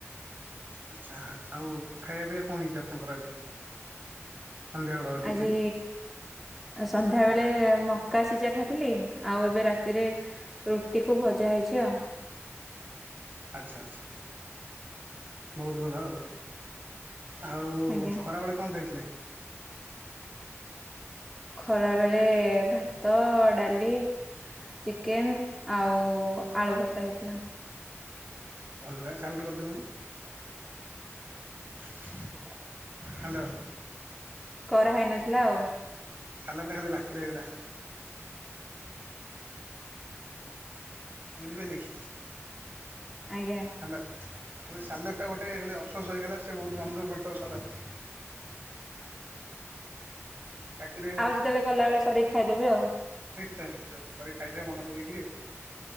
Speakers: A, on the right; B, in the centre.
A: ଆଚ୍ଛା ଆଚ୍ଛା ଆଉ ଖାଇବା ପିଇବା କଣ ହେଇଛି ଆପଣଙ୍କର ଆଜି? ସନ୍ଧ୍ୟାବେଳର ଟିଫିନ୍?
B: ଆଜି ଆ ସନ୍ଧ୍ୟାବେଳେ ମକା ସିଝା ଖାଇଥିଲି ଆଉ ଏବେ ରାତିରେ ରୁଟି କୁ ଭଜା ହେଇଚି ଆଉ।
A: ଆଚ୍ଛା ଆଚ୍ଛା ବହୁତ ଭଲ ଆଉ। ଆଉ
B: ଆଜ୍ଞା
A: ଖରାବେଳେ କଣ ଖାଇଥିଲେ?
B: ଖରା ବେଳେ ଭାତ ଡାଲି। ଚିକେନ ଆଉ ଆଳୁ ଭର୍ତା ହେଇଥିଲା।
A: ଭଲ ରେ ସାଲଟ କରିଦେଲୁନି।
B: ହଲ।
A: ହାଲୋ।
B: କରାହେଇନଥିଲା ଆଉ।
A: ସାଲାଟ ଖାଲି ବାକି ରହିଗଲା। ବୁଝିପାଇଲେକି?
B: ଆଜ୍ଞା।
A: ହାଲୋ ଖାଲି ସାଲଟ ଟା ଗୋଟେ ଖାଲି ଅଫସୋସ ହୋଇଗଲା। ସେଏ ବହୁତ ମନଦୁଃଖ କରିଥିବ ସାଲଟ ଟା। ତାକୁ ଟିକେ
B: ଆଉ ଯେତେବେଳେ କଲା ବେଳେ କରିକି ଖାଇଦେବି ଆଉ।
A: ନିଶ୍ଚୟ ନିଶ୍ଚୟ କରି କି ଖାଇଦେବେ ମନେ ପକେଇକିରି ଆଉ।